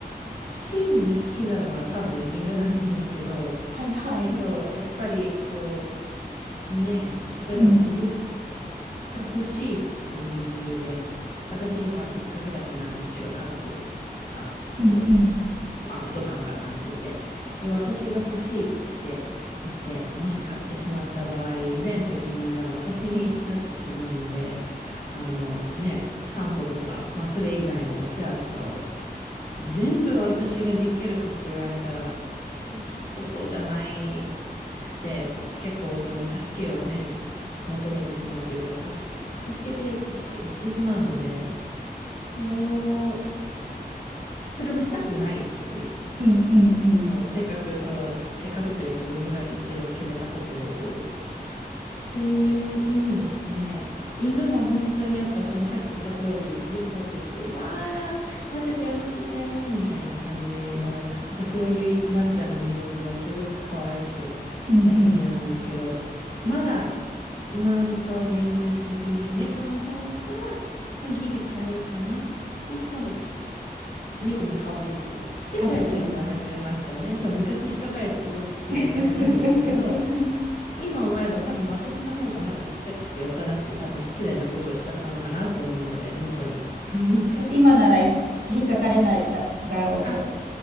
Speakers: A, on the left (about 65°); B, on the right (about 85°).
A: 真に好きなのは多分犬なんですけど、
B: <laughs> はいはい。
A: けどやっぱりこう、ねえ、例えば自分
B: うん。
A: が欲しいっていう理由で、私今実家暮らしなんですけど、家族が、
B: うんうん。
A: こう、まあお父さんお母さんがいて、で、私が欲しいって言って、もし買ってしまった場合、全責任が私になってしまうので、あのね、散歩とか、まあそれ以外のお世話とかを全部私ができるかと言われたら、きっとそうじゃないくて、結構その助けをね、求めてしまうというか、助助けてってきっと言ってしまうので、そう、そそれもしたくないし、
B: うんうんうん。
A: そう、せっかくその、せっかくというか自分が一度決めたことをっていう意味で、犬は本当にやっぱそのさっき言った通り、家帰ってきて、わー、待ってたよ、待ってたよ、みたいな感じの、やっぱそういうワンちゃんのムーブはすごく可愛くて大好きなんですけど、
B: うんうん。
A: まだ今のところ現実的に猫の方が、まあ、ギリ飼えるかな。で、しかも猫も可愛いし。で、
B: 確かに。
A: 最近思い始めましたね。そう、昔引っかかれてすごく嫌いだったんですけど、
B: <laughs>
A: 今思えば多分私の方がまだちっちゃくて幼くて多分失礼なことをしちゃったのかなと思うので、猫に。<laughs>
B: 今ならい引っかかれないだ、だろうと。
A: あ、